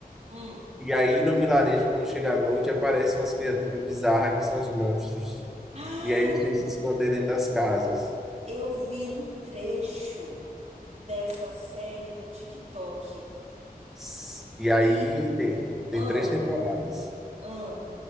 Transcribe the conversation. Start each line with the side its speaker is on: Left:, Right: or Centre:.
Right: Hum.
Centre: E aí no vilarejo, quando chega a noite, aparecem umas criaturas bizarras que são os monstros.
Right: Ai,
Centre: E aí eles têm que se esconder dentro das casas.
Right: eu vi um trecho dessa série no TikTok.
Centre: S- E aí
Right: E,
Centre: tem, tem
Right: ah,
Centre: três temporadas.
Right: ah,